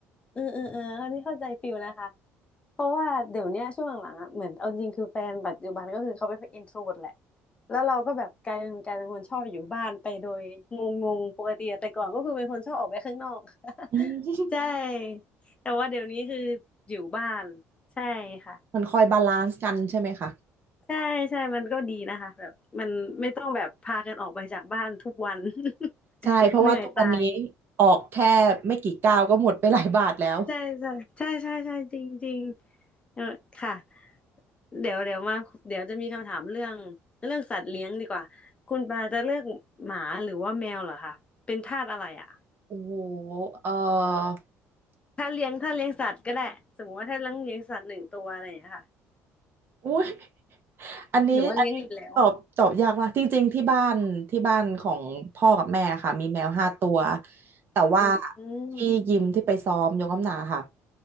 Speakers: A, on the left; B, on the right.
A: เออเออเออเขาที่เข้าใจฟิลนะคะ เพราะว่าเดี๋ยวเนี้ยช่วงหลังๆอ่ะเหมือนเอาจริงคือแฟนปัจจุบันก็คือเขาเป็นอินโทรเวิร์ตแหละแล้วเราก็แบบกลายเป็นกลายเป็นคนชอบอยู่บ้านไปโดยงงๆปกติอะแต่ก่อนก็คือเป็นคนชอบออกไปข้างนอก
B: อืม
A: <laughs>
B: <laughs>
A: ใช่แต่ว่าเดี๋ยวนี้คืออยู่บ้านใช่ค่ะ
B: มันคอยบาลานซ์กันใช่ไหมคะ
A: ใช่ใช่มันก็ดีนะคะแบบมันไม่ต้องแบบพากันออกไปจากบ้านทุกวัน <laughs>
B: ใช่เพราะว่าทุกวันนี้
A: เหนื่อยตาย
B: ออกแค่ไม่กี่ก้าวก็หมดไปหลายบาทแล้ว
A: ใช่ใช่ใช่ใช่ใช่จริงจริงเออค่ะเดี๋ยวเดี๋ยวมาเดี๋ยวจะมีคำถามเรื่องเรื่องสัตว์เลี้ยงดีกว่าคุณปาจะเลือกหมาหรือว่าแมวเหรอคะเป็นทาสอะไรอ่ะ
B: โอ้โหเออ
A: ถ้าเลี้ยงถ้าเลี้ยงสัตว์ก็ได้สมมติว่าถ้าเลี้ยงเลี้ยงสัตว์หนึ่งตัวอะไรอย่างเงี้ยค่ะ
B: อุ้ย อันนี้อันนี้ตอบตอบยากมากจริงๆที่บ้านที่บ้านของพ่อกับแม่ค่ะมีแมวห้าตัว
A: หรือว่าเลี้ยงอีกแล้ว
B: แต่ว่า
A: อื
B: ที่ยิมที่ไปซ้อมยกน้ำหนักค่ะ
A: ม